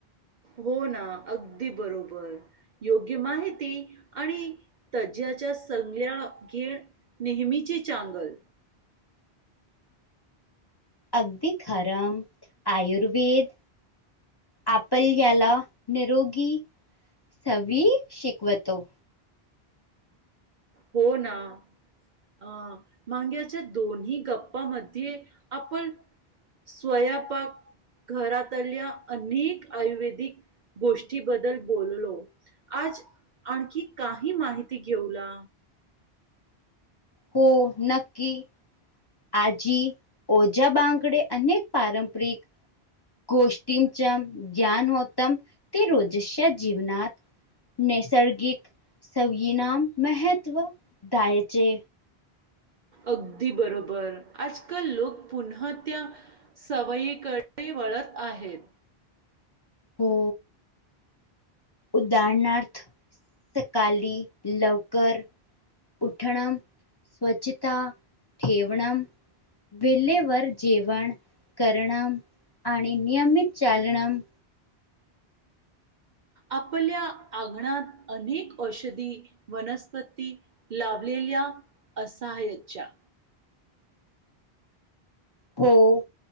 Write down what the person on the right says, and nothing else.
हो ना, अगदी बरोबर! योग्य माहिती आणि तज्ञांच्या संगल्या घेण नेहमीची चांगल.
हो ना! अं, मांग्याच्या दोन्ही गप्पामध्ये आपण स्वयापाक घरातल्या अनेक आयुर्वेदिक गोष्टी बद्दल बोललो. आज आणखी काही माहिती घेऊला?
अगदी बरोबर. आजकल लोक पुन्हा त्या सवयीकडे वळत आहेत.
आपल्या अंगणात अनेक औषधी वनस्पती लाभलेल्या असाह्यच्या.